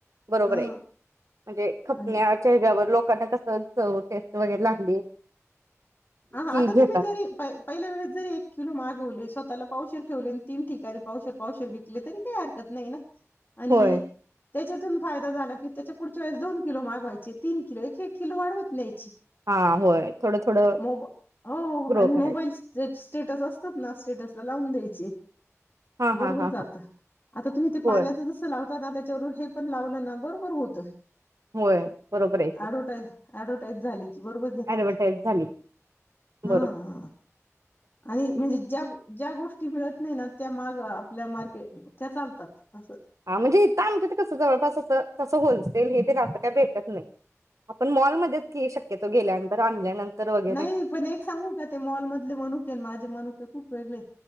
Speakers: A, on the right; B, on the left.
A: बरोबर
B: हा
A: आहे. म्हणजे खपण्या
B: आणि
A: चेहऱ्यावर लोकांना कसं स टेस्ट वगैरे लागली
B: हा आता
A: की घेतात
B: तुम्ही जरी पहि पहिल्या वेळेस जरी एक किलो मागवले स्वतः त्याला पावशर ठेवले आणि तीन ठिकाणी पावशेर पावशेर विकले तरी काही हरकत नाही ना आणि
A: होय
B: त्याच्यातून फायदा झाला की त्याच्या पुढच्या वेळेस दोन किलो मागवायचे तीन किलो एक एक किलो वाढवत न्याय
A: हा होय थोडं थोडं
B: मो हो
A: ग्रो
B: आणि
A: करायचं
B: मोबाईल स्टेटस असतात ना स्टेटस लावून द्यायची
A: हा हा
B: बरोबर
A: हा
B: जात
A: हा
B: आता तुम्ही ते
A: होय
B: पाण्याच जसं लाव होता ना त्याच्यावर हे पण लावलं ना बरोबर होत.
A: होय बरोबर आहे की
B: ॲडवटाईज अऍडवटाईज झाली की बरोबर घेतात.
A: ऍडव्हर्टाईज झाली
B: हा
A: बरो
B: आणि म्हणजे ज्या ज्या गोष्टी मिळत नाही ना त्या मा आपल्या मार्गे त्या चालतात अस.
A: हा म्हणजे इथं आमच्यात कसं जवळपास असं तसं होलसेल हे तेस् काय भेटत नाही आपण मॉलमध्येच की शक्यतो गेल्यानंतर आणल्यानंतर वगैरे
B: नाही पण एक सांगू का ते मॉल मधले म्हनुके माझे मनुके खूप वेगळेत.